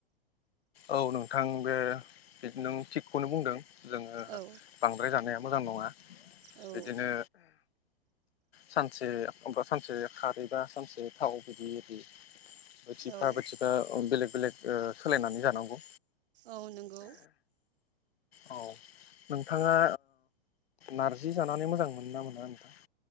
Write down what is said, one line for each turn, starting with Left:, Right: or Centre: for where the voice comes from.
Left: औ नोंथां बे नों थिगखौनो बुंदों जोङो
Right: औ
Left: बांद्राय जानाया मोजां नङा
Right: औ
Left: बिदिनो सानसे मा सानसे खारैबा सानसे थाव बिदि बिदि बायथिफा
Right: औ
Left: बायथिफा बेलेग बेलेग ओ सोलायनानै जाना नांगौ
Right: औ नंगौ
Left: औ नोंथाङा नारजि जानानै मोजां मोनो ना मोना नोंथां?